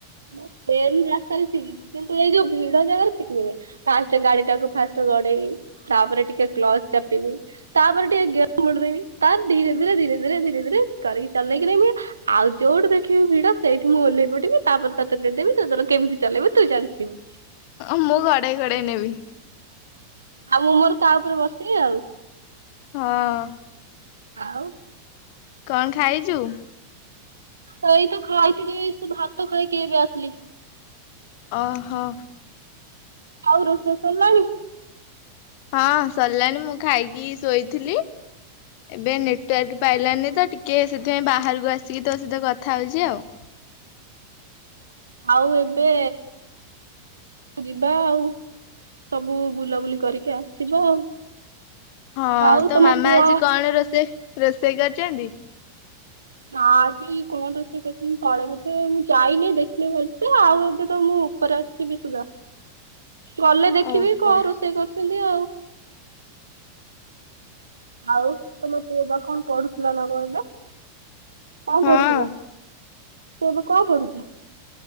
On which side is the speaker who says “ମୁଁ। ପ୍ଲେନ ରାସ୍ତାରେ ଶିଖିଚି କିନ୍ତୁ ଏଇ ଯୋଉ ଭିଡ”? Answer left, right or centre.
Right